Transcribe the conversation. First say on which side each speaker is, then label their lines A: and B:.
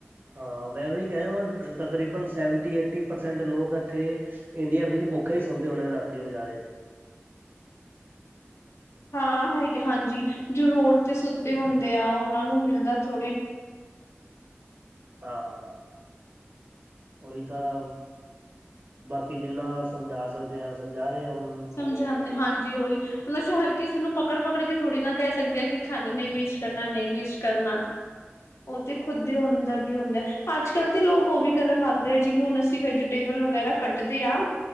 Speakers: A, on the right; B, on the left.
A: ਹਾਂ ਮੈਂ ਵੀ ਉਹੀ ਕਹਿ ਰਿਹਾ ਵਾਂ ਤਕਰੀਬਨ ਸੈਵਨਟੀ ਏਟੀ ਪਰਸੈਂਟ ਲੋਕ ਐਥੇ ਇੰਡੀਆ ਵਿੱਚ ਭੁੱਖੇ ਹੀ ਸੌਦੇ ਹੋਣੇ ਰਾਤੀ ਵਿਚਾਰੇ
B: ਹਾਂ ਹੈਗੇ ਹਾਂਜੀ ਜੋ ਰੋਡ ਤੇ ਸੁੱਤੇ ਹੁੰਦੇ ਆ ਉਹਨਾਂ ਨੂੰ ਮਿਲਦਾ ਥੋੜ੍ਹੇ
A: ਹਾਂ, ਉਹੀ ਤਾਂ ਬਾਕੀ ਜਿੰਨਾ ਸਮਝਾ ਸਕਦੇ ਹਾਂ ਸਮਝਾ ਰਹੇ ਹ ਹੁਣ।
B: ਸਮਝਾਉਂਦੇ ਹਾਂਜੀ ਉਹੀ ਹੁਣ ਅਸੀਂ ਹਰ ਕਿਸੇ ਨੂੰ ਪਕੜ-ਪਕੜ ਕੇ ਥੋੜ੍ਹੀ ਨਾ ਕਹਿ ਸਕਦੇ ਹਾਂ ਕਿ ਖਾਨਾ ਨਹੀਂ ਵੇਸ ਕਹਿਦਾ ਨਹੀਂ ਵਿਸ਼ ਕਰਨਾ ਉਹ ਤੇ ਖੁੱਦ ਦੇ ਅੰਦਰ ਵੀ ਹੁੰਦਾ ਅਜ-ਕਲ ਤੇ ਲੋਕ ਉਹ ਵੀ ਕਰਨ ਲੱਗ ਗਏ ਜਿਵੇਂ ਹੁਣ ਅਸੀਂ ਵੈਜੀਟੇਬਲ ਵਗੈਰਾ ਕਟਦੇ ਹਾਂ।